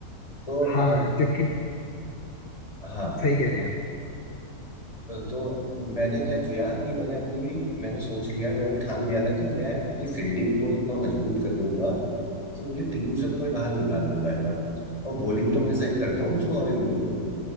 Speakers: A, on the left (about 20°); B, on the left (about 40°).
A: तो
B: हाँ
A: आ,
B: जबकि
A: हाँ
B: सही कह रहे हैं
A: तो मैंने क्या किया कि मैंने अपनी मैंने सोच लिया था मैंने ठान लिया था कि मैं अपनी फील्डिंग को इतना मजबूत कर लूंगा कि मुझे टीम से तो कोई बाहर निकाल नहीं पाएगा और बॉलिंग तो मैं सही करता हूँ उसको और इम्प्रूव करूंगा